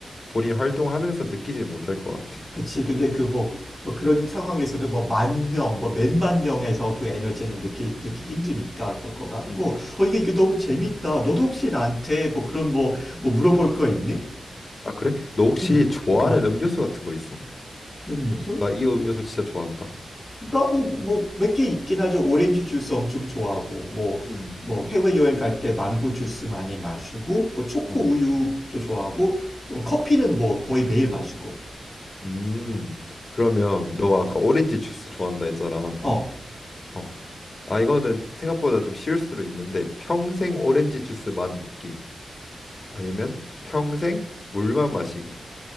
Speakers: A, on the left; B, in the centre.
A: 본인 활동하면서 느끼지 못할 것 같아.
B: 그치. 근데 그 뭐, 뭐 그런 상황에서는 뭐 만 명, 뭐 몇만 명에서 그 에너지는 느끼, 느끼 힘드니까 그럴 것 같고.
A: 음. 음.
B: 어, 이게, 이게 너무 재밌다. 너도 혹시 나한테 뭐 그런 뭐, 뭐 물어볼 거 있니?
A: 아, 그래? 너 혹시
B: 응.
A: 좋아하는
B: 어,
A: 음료수 같은 거 있어?
B: 음료수?
A: 나 이 음료수
B: 뭐,
A: 진짜 좋아한다.
B: 나 뭐, 뭐 몇 개 있긴 하죠. 오렌지 주스 엄청 좋아하고, 뭐,
A: 음.
B: 뭐 해외여행 갈 때 망고 주스 많이 마시고, 뭐 초코
A: 음.
B: 우유도 좋아하고, 어, 커피는 뭐 거의 매일 마시고.
A: 음. 음. 그러면 너 아까 오렌지 주스 좋아한다 했잖아.
B: 어.
A: 어. 아, 이거는 생각보다 좀 쉬울 수도 있는데 평생 오렌지 주스만 먹기. 아니면 평생 물만 마시기.